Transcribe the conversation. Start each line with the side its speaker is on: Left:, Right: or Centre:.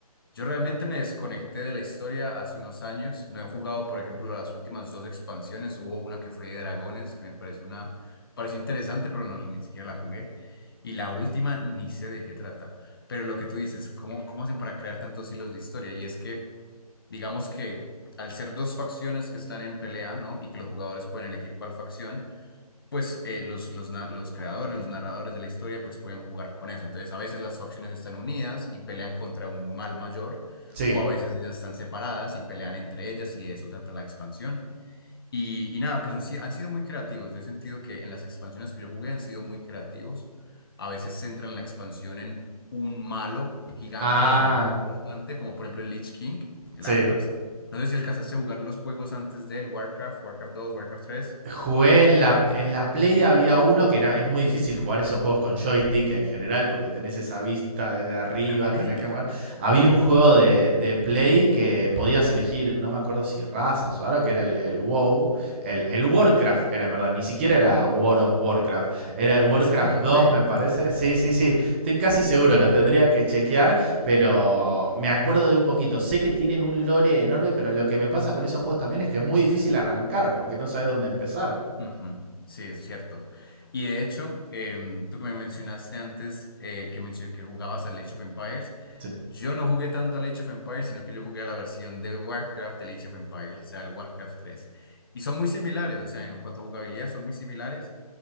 Left: Yo realmente me desconecté de la historia hace unos años. No he jugado, por ejemplo, las últimas dos expansiones. Hubo una que fue de dragones, que me pareció una, pareció interesante, pero no, ni siquiera la jugué. Y la última ni sé de qué trata. Pero lo que tú dices, ¿cómo, cómo hacen para crear tantos hilos de historia? Y es que, digamos que al ser dos facciones que están en pelea, ¿no? Y que los jugadores pueden elegir cuál facción, pues eh, los, los, na- los creadores, los narradores de la historia, pues pueden jugar con eso. Entonces, a veces las facciones están unidas y pelean contra un mal mayor,
Right: Sí.
Left: o a veces ellas están separadas y pelean entre ellas y de eso trata la expansión. Y, y nada, pues han, si- han sido muy creativos. Yo he sentido que en las expansiones que yo jugué han sido muy creativos. A veces centran la expansión en un malo gigante,
Right: Ah,
Left: pues un malo importante, como por ejemplo el Lich King, el
Right: sí.
Left: Arthas. No sé si alcanzaste a jugar los juegos antes del Warcraft, Warcraft 2, Warcraft 3,
Right: Jugué en la, en la Play, había uno que era, es muy difícil jugar esos juegos con joystick en general, porque tenés esa vista desde arriba,
Left: en la Play.
Right: tenés que mover. Había un juego de, de Play que podías elegir, no me acuerdo si razas o algo, que era el, el WoW, el, el, Warcraft era en verdad, ni siquiera era War of Warcraft, era el Warcraft
Left: ¿En serio en la
Right: 2
Left: Play?
Right: me parece, sí, sí, sí, estoy casi
Left: Sí,
Right: seguro, lo tendría que chequear, pero me acuerdo de un poquito. Sé que tienen un lore enorme, pero lo que me pasa con esos juegos también es que es muy difícil arrancar porque no sabes dónde empezar.
Left: Ujú, sí, es cierto. Y de hecho, em, tú que me mencionaste antes eh, que, mencio- que jugabas al Age of Empires,
Right: Sí.
Left: yo no jugué tanto al Age of Empires, sino que yo jugué a la versión de Warcraft del Age of Empires, o sea, el Warcraft tres Y son muy similares, o sea, en cuanto a jugabilidad son muy similares,